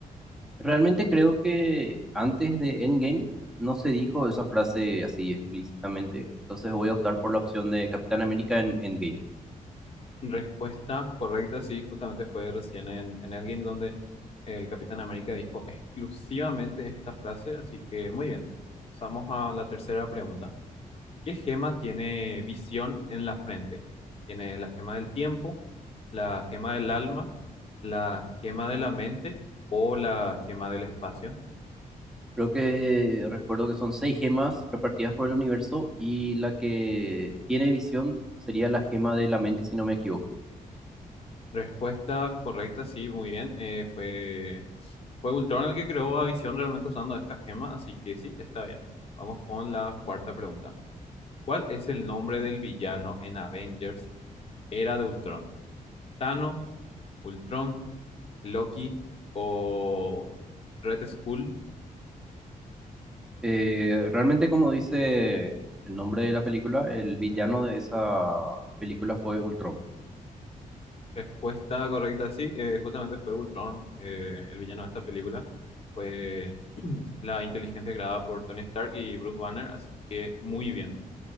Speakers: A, in the centre; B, on the left.
A: Realmente creo que antes de Endgame no se dijo esa frase así explícitamente, entonces voy a optar por la opción de Capitán América en Endgame.
B: Respuesta correcta, sí, justamente fue recién en, en Endgame donde el Capitán América dijo exclusivamente esta frase, así que muy bien. Pasamos a la tercera pregunta. ¿Qué gema tiene visión en la frente? Tiene la gema del tiempo, la gema del alma, la gema de la mente o la gema del espacio.
A: Creo que recuerdo que son seis gemas repartidas por el universo y la que tiene visión sería la gema de la mente, si no me equivoco.
B: Respuesta correcta, sí, muy bien. Eh, fue, fue Ultron el que creó a Visión realmente usando esta gema, así que sí, está bien. Vamos con la cuarta pregunta. ¿Cuál es el nombre del villano en Avengers Era de Ultron? ¿Thanos, Ultron, Loki o Red Skull?
A: Eh, realmente, como dice el nombre de la película, el villano de esa película fue Ultron.
B: Respuesta correcta, sí, eh, justamente fue Ultron, eh, el villano de esta película. Fue <clears throat> la inteligencia creada por Tony Stark y Bruce Banner, así que muy bien.